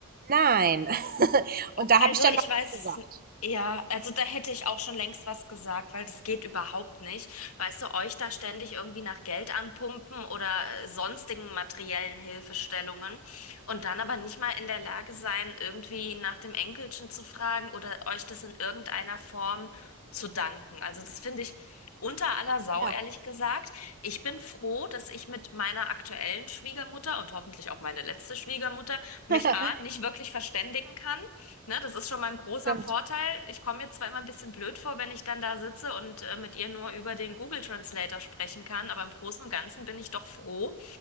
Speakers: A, on the right; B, on the left.
A: Nein. <laughs> Und da
B: Also
A: habe ich dann
B: ich
A: mal was
B: weiß,
A: gesagt.
B: ja, also da hätte ich auch schon längst was gesagt, weil das geht überhaupt nicht. Weißt du, euch da ständig irgendwie nach Geld anpumpen oder äh, sonstigen materiellen Hilfestellungen und dann aber nicht mal in der Lage sein, irgendwie nach dem Enkelchen zu fragen oder euch das in irgendeiner Form zu danken. Also das finde ich unter aller Sau,
A: Ja,
B: ehrlich gesagt. Ich bin froh, dass ich mit meiner aktuellen Schwiegermutter und hoffentlich auch meine letzte Schwiegermutter mich
A: <laughs>
B: A, nicht wirklich verständigen kann Ne, das ist schon mal ein großer
A: stimmt.
B: Vorteil. Ich komme mir zwar immer ein bisschen blöd vor, wenn ich dann da sitze und äh, mit ihr nur über den Google Translator sprechen kann, aber im Großen und Ganzen bin ich doch froh,